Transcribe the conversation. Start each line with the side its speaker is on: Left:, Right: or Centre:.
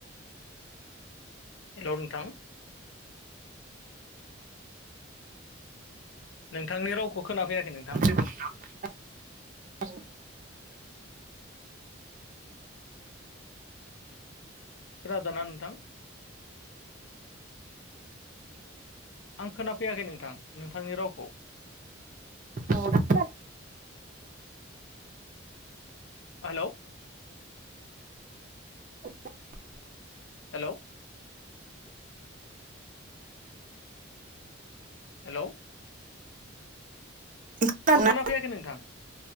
Left: हेल' नोंथां नोंथांनि रावखौ खोनाफैयाखै नोंथां
Right: <unintelligible>
Left: खोनादोना नोंथां आं खोनाफैयाखै नोंथां नोंथांनि रावखौ
Right: औ <unintelligible>
Left: हेलौ
Right: <inaudible>
Left: हेलौ हेलौ
Right: खोनादोंना
Left: अ खोनाफैयाखै नोंथां